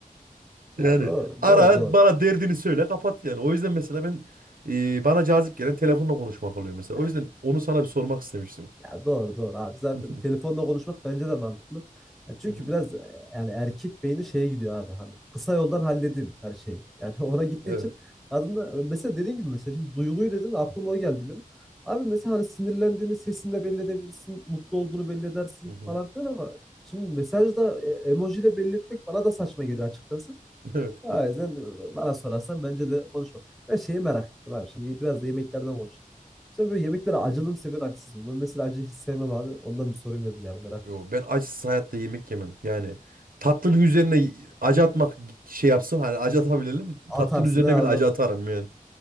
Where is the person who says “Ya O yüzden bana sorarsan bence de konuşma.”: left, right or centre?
Centre